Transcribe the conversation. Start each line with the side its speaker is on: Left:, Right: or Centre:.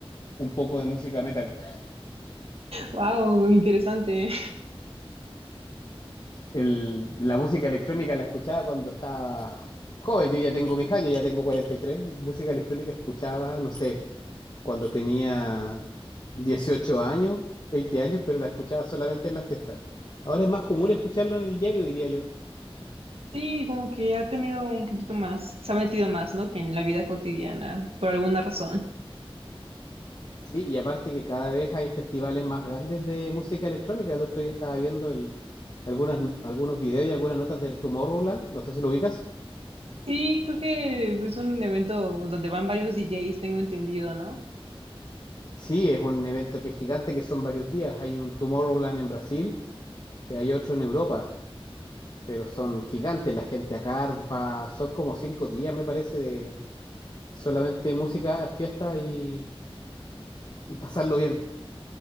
Left: un poco de música metal.
Right: Wow, interesante.
Left: El- la música electrónica la escuchaba cuando estaba joven. Yo ya tengo mis años, ya tengo 43. Música electrónica escuchaba, no sé, cuando tenía 18 años, 20 años, pero la escuchaba solamente en las fiestas. Ahora es más común escucharlo en el diario, diría yo.
Right: Sí, como que ha tenido un poquito más, se ha metido más, ¿no? Que en la vida cotidiana, por alguna razón.
Left: Sí, y aparte que cada vez hay festivales más grandes de música electrónica. El otro día estaba viendo el- algunas, algunos videos y algunas notas del Tomorrowland. No sé si lo ubicas.
Right: Sí, creo que es un evento donde van varios DJs, tengo entendido, ¿no?
Left: Sí, es un evento que es gigante, que son varios días. Hay un Tomorrowland en Brasil y hay otro en Europa, pero son gigantes. La gente acampa, son como cinco días, me parece, de solamente música, fiesta y, y pasarlo bien.